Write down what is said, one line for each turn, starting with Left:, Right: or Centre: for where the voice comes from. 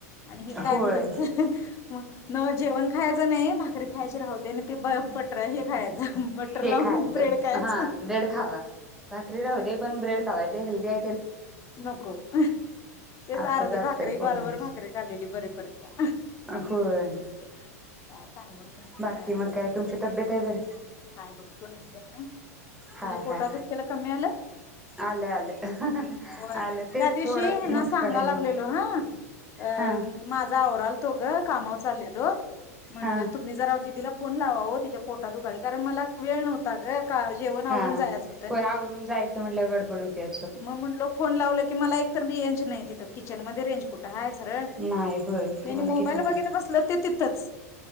Left: आणि हे काय
Centre: होय
Left: म्हणायचं मग? नव जेवण खायचं नाही, भाकरी खायची राहुदे आणि ते बटर हे खायचं. बटर
Centre: हे
Left: लावून
Centre: खायचं
Left: ब्रेड खायचं
Centre: हा ब्रेड खावा भाकरी
Left: काय
Centre: राहू
Left: नव्ह
Centre: दे पण ब्रेड खावा जे हेल्दी हाय.
Left: नको तेच
Centre: असंच
Left: अर्धी
Centre: असतंय
Left: भाकरी
Centre: पोरांचं.
Left: कोरभर भाकरी खालेली बरी पडतीया.
Centre: होय
Left: काय? सांगून उपयोग
Centre: बाकी
Left: नाय
Centre: मग
Left: पोरासनी,
Centre: काय तुमची तब्येत आहे बरी?
Left: हाय बघ तू हाइस बरी न्हव तुझ्या
Centre: हाय
Left: पोटात
Centre: हाय
Left: दुखतेल कमी आलं.
Centre: आलं आलं
Left: होय
Centre: आलं ते
Left: त्या दिवशी
Centre: थोडं
Left: ह्यांना
Centre: मुतखड
Left: सांगायलेलो
Centre: आहे मग
Left: हा अ
Centre: हा
Left: माझा वर आलतो ग कामावर चाललेलो. म्हटलं
Centre: हा
Left: तुम्ही जरा दिदीला फोन लावा ओ तिच्या पोटात दुखायलय कारण मला वेळ न्हवता ग. का जेवण आवरून
Centre: हा हा
Left: जायचं
Centre: होय आवरून जायच म्हटल्यावर गडबड होतीया.
Left: म म्हणलो फोन लावलाय. की मला एक तर रेंज नाय तिथ किचन मध्ये रेंज कुठ हाय? सरळ
Centre: नाही होय
Left: त्यांनी
Centre: तुम्हाला
Left: मोबाईल
Centre: किचन
Left: बघित
Centre: मध्ये
Left: बसलत, ते तिथच